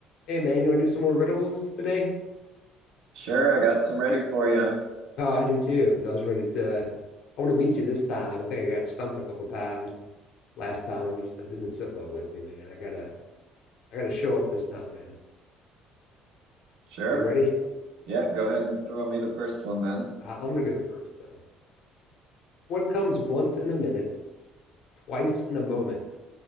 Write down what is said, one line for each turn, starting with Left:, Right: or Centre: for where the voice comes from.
Left: Hey man, you want to do some more riddles today?
Right: Sure, I got some ready for you.
Left: Oh, I do too, because I was ready to. I want to beat you this time. I think I got stumped a couple times last time. I'm just it didn't sit well with me, man. I gotta I gotta show up this time, man.
Right: Sure.
Left: You ready?
Right: Yeah, go ahead and throw me the first one then.
Left: I, I'm gonna go first then. What comes once in a minute, twice in a moment,